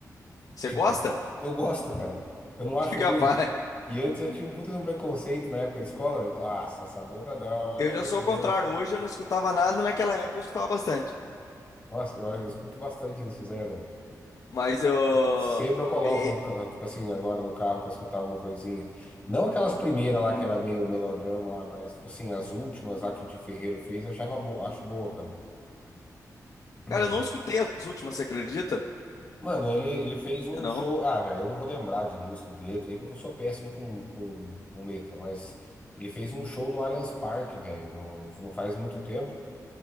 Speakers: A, on the left; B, on the left.
A: Você
B: Tipo,
A: gosta? <laughs>
B: eu gosto, cara. Eu não acho
A: Que capaz.
B: ruim. E antes eu tinha um puta de um preconceito na época de escola, velho. Falava, Nossa, essa banda não, pelo
A: Eu
B: amor
A: já sou
B: de
A: o
B: Deus.
A: contrário. Hoje eu não escutava nada, naquela época eu escutava bastante.
B: Nossa, eu, eu escuto bastante nx Zero, velho.
A: Mas eu.
B: Sempre eu coloco
A: é,
B: no
A: é,
B: carro, tipo assim, agora no carro pra escutar alguma coisinha. Não aquelas primeiras lá que era meio melodrama lá, mas tipo assim, as últimas lá que o Di Ferreiro fez, eu achava boa, acho boa, cara. <clears throat>
A: Cara, eu não escutei as últimas, você acredita?
B: Mano, ele, ele fez um
A: Eu Não?
B: show. Ah, velho, eu não vou lembrar de música, de letra aí, porque eu sou péssimo com, com, com letra, mas ele fez um show no Allianz Parque, velho, não, não faz muito tempo.